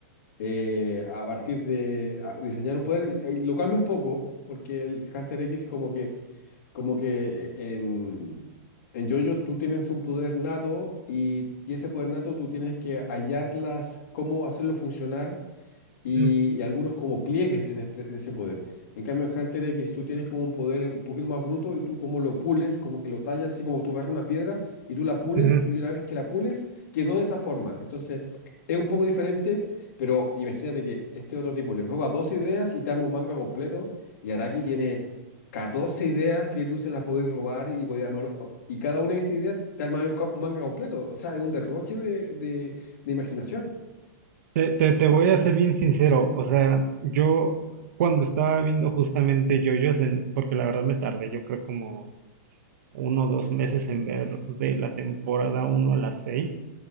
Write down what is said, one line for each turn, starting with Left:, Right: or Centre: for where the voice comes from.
Left: eh, a partir de... a- diseñar un poder, eh, lo cambia un poco, porque el Hunter X como que como que en, en JoJo tú tienes un poder nato y, y ese poder nato tú tienes que hallarlas, cómo hacerlo funcionar y,
Right: ujú,
Left: y algunos como pliegues en, este, en ese poder. En cambio, en Hunter X tú tienes como un poder un poquito más bruto y tú como lo pules, como que lo tallas, así como tú agarras una piedra y tú la pules
Right: ujú.
Left: y una vez que la pules quedó de esa forma. Entonces, es un poco diferente, pero imagínate que este otro tipo le roba dos ideas y te arma un manga completo y Araki tiene 14 ideas que tú se las podés robar y podés armar, y cada una de esas ideas te arma un, ca- un manga completo. O sea, es un derroche de, de de imaginación.
Right: Te, te, te voy a ser bien sincero, o sea, yo cuando estaba viendo justamente JoJo's, en, porque la verdad me tardé, yo creo como uno o dos meses en ver de la temporada uno a las seis